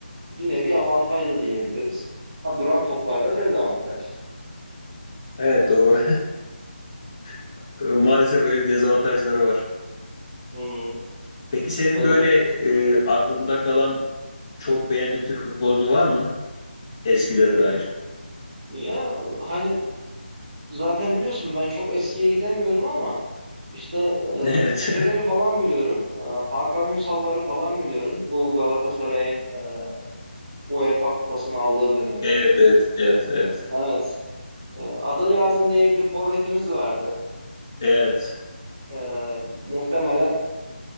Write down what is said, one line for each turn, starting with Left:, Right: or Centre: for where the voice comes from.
Right: bir nevi avantaj da diyebiliriz. Ha, duran toplarda dezavantaj.
Left: Evet doğru. <laughs> Maalesef öyle bir dezavantajları var.
Right: Hı hı.
Left: Peki senin
Right: E,
Left: böyle e, aklında kalan çok beğendiğin Türk futbolcu var mı? Eskilere dair. <laughs>
Right: ya hani zaten biliyorsun ben çok eskiye gidemiyorum ama işte e,
Left: Evet.
Right: şeyleri falan biliyorum. E, Hakan Ünsal'ları falan biliyorum. Bu Galatasaray'ın e, UEFA kupasını aldığı dönemi.
Left: Evet, evet, evet, evet.
Right: Evet. Ee, adı lazım değil bir forvetimiz vardı.
Left: Evet,
Right: Ee, muhtemelen